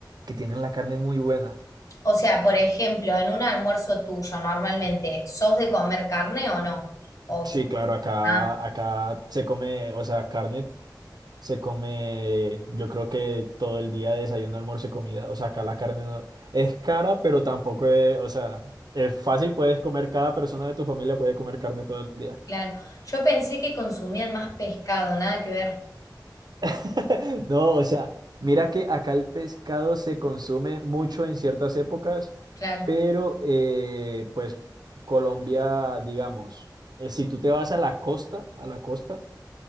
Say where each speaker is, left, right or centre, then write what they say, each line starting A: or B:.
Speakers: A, on the right (about 65°); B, on the left (about 45°).
A: que tienen la carne muy buena.
B: O sea, por ejemplo, en un almuerzo tuyo, normalmente, ¿sos de comer carne o no? O,
A: Sí, claro, acá,
B: ah,
A: acá se come, o sea, carne. Se come, yo creo que todo el día desayuno, almuerzo y comida. O sea, acá la carne no es cara, pero tampoco es, o sea, es fácil, puedes comer, cada persona de tu familia puede comer carne todo el día.
B: claro. Yo pensé que consumían más pescado, nada que ver.
A: <laughs> No, o sea, mira que acá el pescado se consume mucho en ciertas épocas,
B: Claro.
A: pero eh, pues Colombia, digamos, eh, si tú te vas a la costa, a la costa,